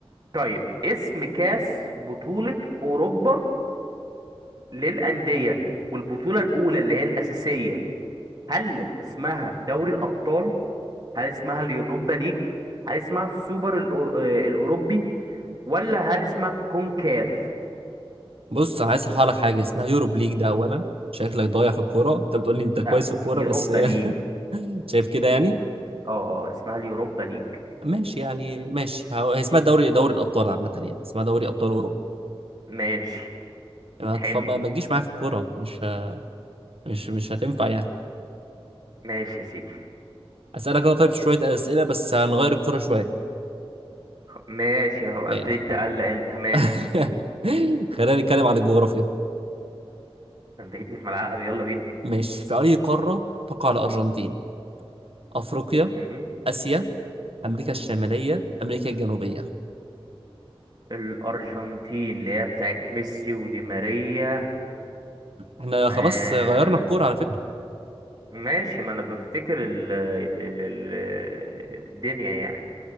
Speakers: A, on the right; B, on the right.
A: طيب اسم كاس بطولة أوروبا للأندية والبطولة الأولى اللي هي الأساسية هل اسمها دوري الأبطال؟ هل اسمها اليوروبا ليج؟ هل اسمها السوبر الأو- آه، الأوروبي؟ ولا هل اسمها كونكاف؟
B: بص انا عايز اصحح لك حاجه اسمها يوروب ليج ده اولا شكلك ضايع في الكوره انت بتقول لي انت كويس
A: لا
B: في الكوره
A: يوروبا
B: بس
A: ليج
B: <laughs> شايف كده يعني
A: اه آه، آه، اسمها اليوروبا ليج
B: ماشي يعني ماشي هو- هي اسمها دوري دوري الابطال عامه يعني اسمها دوري ابطال اوروبا
A: ماشي
B: ما
A: حلو
B: تف- ما ما تجيش معايا في الكوره مش ه- مش مش هتنفع يعني
A: ماشي يا سيدي
B: اسالك انا طيب شويه اسئله بس هنغير الكوره شويه
A: ماشي هبقى
B: ماشي
A: ابتديت تقلق انت ماشي
B: <laughs> خلينا نتكلم عن الجغرافيا
A: انت جيت لي في ملعبي يلا بينا
B: ماشي في اي قاره تقع الارجنتين افريقيا
A: مم.
B: اسيا امريكا الشماليه امريكا الجنوبيه
A: الأرجنتين اللي هي بتاعت ميسي ودي ماريا
B: احنا
A: آه
B: خلاص غيرنا الكوره على فكره
A: ماشي ما أنا بفتكر ال ال ال ال الدنيا يعني